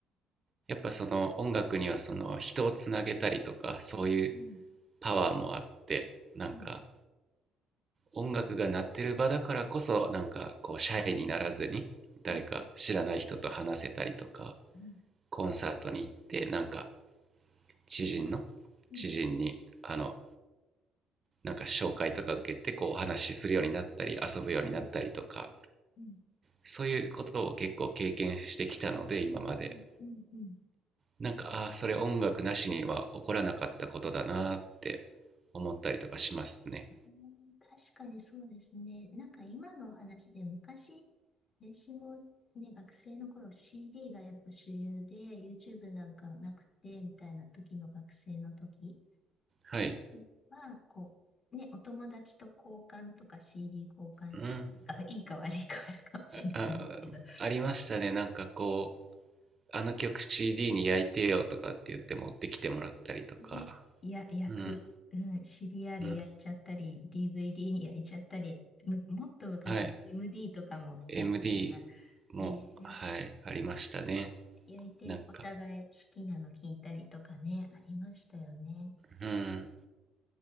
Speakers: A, on the right; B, on the left.
A: やっぱその音楽にはその人をつなげたりとかそういう
B: うん。
A: パワーもあって、なんか
B: うん
A: 音楽が鳴ってる場だからこそなんかこうシャイにならずに誰か知らない人と話せたりとか
B: うんうん
A: コンサートに行ってなんか知人の知人にあの
B: うん
A: なんか紹介とか受けてこうお話しするようになったり遊ぶようになったりとか
B: うんうん
A: そういうことを結構経験してきたので今まで
B: うんうんうん
A: なんかああそれ音楽なしには起こらなかったことだなって思ったりとかしますね
B: うん確かにそうですね。なんか今のお話で昔、私もね、学生の頃 CD がやっぱ主流で YouTube なんかなくてみたいな時の学生の時
A: はい
B: うんは、こう、ね、お友達と交換とか CD 交換していいかいいか悪いかあるかもしれないですけど、
A: うんああありましたねなんかこうあの曲 CD に焼いてよとかって言って持ってきてもらったりとか、
B: ね、や、焼く、
A: うん、
B: うん、シリアル焼いちゃったり、
A: うん、
B: DVD に焼いちゃったり、む、もっと昔は
A: はい、
B: MD とかもあったような、
A: MD
B: ね
A: も、はい、
B: え、
A: ありましたね。
B: 焼いてお互い好きなの聞いたりとかね、
A: なんか、
B: ありましたよね。
A: うん、